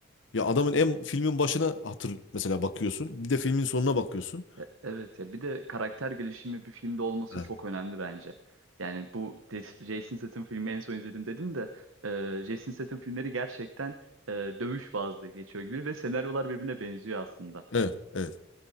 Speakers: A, on the left; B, on the right.
A: ya adamın en filmin başına hatır mesela bakıyorsun. Bir de filmin sonuna bakıyorsun.
B: e- evet ya bir de karakter gelişimi bir filmde olması
A: Evet.
B: çok önemli bence. Yani bu Des- Jason Statham filmi en son izledim dedim de e, Jason Statham filmleri gerçekten e, dövüş bazlı geçiyor gibi ve senaryolar birbirine benziyor aslında.
A: Evet, evet.